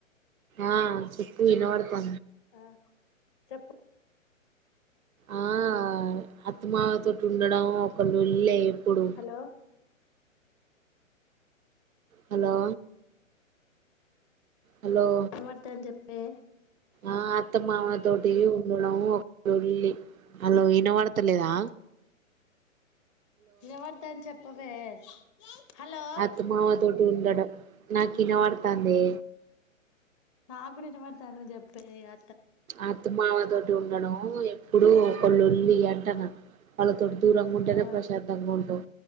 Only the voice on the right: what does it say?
ఆ చెప్పు వినవాడ్తా
ఆ అత్తా మామ తోటి ఉండడం ఒక లొల్లే ఎప్పుడు
హలో హలో
ఆ అత్తమామ తోటి ఉండడం ఒక లొల్లి హలో ఇన బడతలేదా
అత్తమావ తోటి ఉండడం నాకు విన పడతాందే
అత్త మామ తోటి ఉండం ఎప్పుడూ కొళ్ళొల్లి అంటానా వాళ్ళతోని దూరంగుంటేనే
ప్రశాంతంగా ఉంటవ్